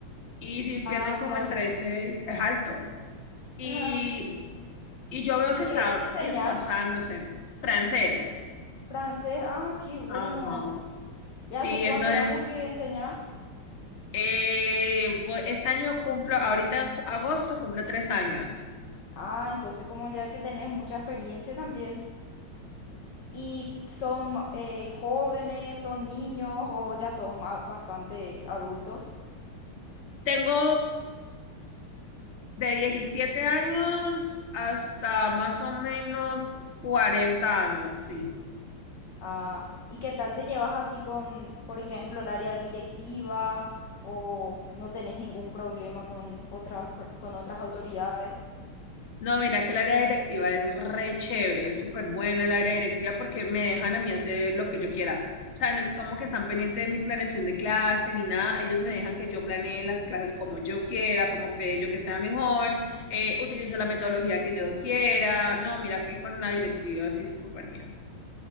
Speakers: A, on the left; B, on the left.
A: Y si pierden
B: Ah,
A: como
B: claro.
A: en 3
B: <laughs>
A: es alto. Y
B: Ah, sí.
A: y yo veo
B: ¿Y
A: que
B: qué,
A: está
B: qué enseñás?
A: esforzándose. Francés.
B: Francés. Ah, qué bueno.
A: Ajá. Sí,
B: ¿Y hace cuántos
A: entonces,
B: años que enseñás?
A: eh, voy- este año cumplo, ahorita en ju- agosto cumplo tres años.
B: Ah, entonces como ya que tenés mucha experiencia también y son ma- eh, jóvenes, son niños o ya son a- bastante adultos.
A: Tengo de 17 años hasta más o menos 40 años, sí.
B: Ah, ¿y qué tal te llevas así con, por ejemplo, el área directiva o no tenés ningún problema con otras per- con otras autoridades?
A: No, mira que el área directiva es re chévere, es súper bueno el área directiva porque me dejan a mí hacer lo que yo quiera. O sea, no es como que están pendientes de mi planeación de clase ni nada, ellos me dejan que yo planee las clases como yo quiera, como cree yo que sea mejor, eh, utilizo la metodología que yo quiera. No, mira que con la directiva sí es súper bien.